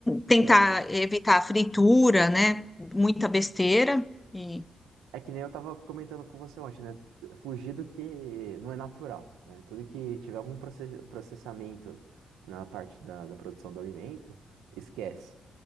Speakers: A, on the left (about 15°); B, on the right (about 85°).
A: Tentar
B: É, o
A: evitar a fritura, né? Muita besteira e
B: É que nem eu tava comentando com você ontem, né? Fugir do que não é natural, né? Tudo que tiver algum proce- processamento na parte da, da produção do alimento, esquece.